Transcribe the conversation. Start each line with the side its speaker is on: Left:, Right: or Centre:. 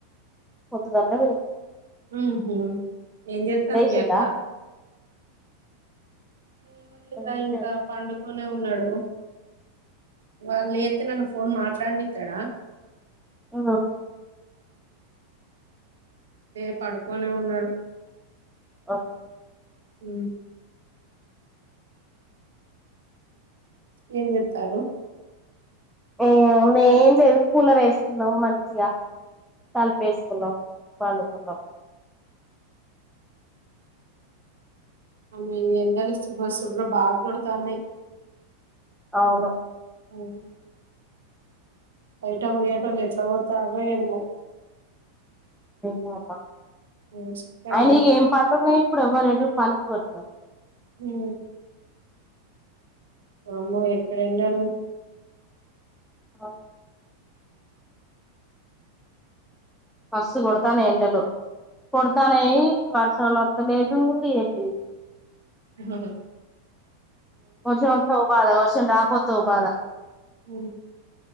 Centre: పొద్దుగాల్నే పోయి
Right: ఊహు ఏం చేత్తాంది
Centre: లేసిందా
Right: మీ అక్క లేవలేదురా
Centre: ఏముంది
Right: ఇంకా పండుకునే వున్నడు వాల్లె తే నన్ను ఫోన్ మాట్లాడ నిత్తడా
Centre: ఆ
Right: అదే పడుకొనే ఉన్నాడు
Centre: అ హ
Right: ఊ ఏం చెప్తారు
Centre: ఏ మేం చేదు కూలరేసుకున్నాం మంచిగా తలుపేసుకున్నాం వండుకున్నాం
Right: అమ్మ ఏమి ఎండలు సుర్ర సుర్ర బాగ్గొడతన్నయ్
Centre: అవును
Right: అవును బయట బొయ్యేటోళ్ళు ఎట్లా పోతారొ ఏమొ
Centre: మామ
Right: మ్మ్. చుక్కలు
Centre: ఆయన
Right: కనిపి
Centre: ఇగ ఏం పన్లున్నాయి ఇప్పుడు ఎవ్వరుె పనికి పోతివ
Right: ఊహు అమ్మో ఎక్కడెండడు
Centre: అవును మస్తు గొడతానే ఎండలు కొడతానే వర్షంలో అతలేదు ఏం లేదు
Right: ఆ
Centre: వర్షం వత్తే ఒగ బాధ వర్షం రాకపో తోబాద
Right: ఊ